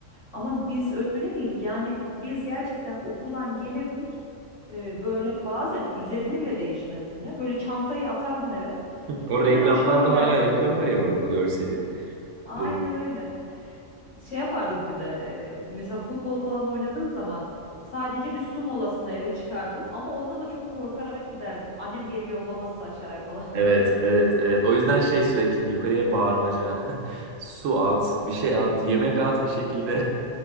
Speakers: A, on the left; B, on the right.
A: Ama biz öyle miydik? Yani biz gerçekten okuldan gelirdik e, böyle bazen üzerine bile değişmezdin ya. Böyle çantayı atardın eve.
B: O
A: Hemen
B: reklamlarda
A: aşağı inerdin.
B: hala yapıyorlar ya o, o görseli.
A: Aynen
B: Re-
A: öyle. Şey yapardın bir de e, mesela futbol falan oynadığın zaman sadece bir su molasına eve çıkardın ama onda da çok korkarak giderdin. Annem geri yollamazsa aşağıya falan <laughs>
B: Evet,
A: diye.
B: evet, evet. O yüzden şey sürekli yukarıya bağırmaca. <laughs> Su at, bir şey at, yemek at bir şekilde.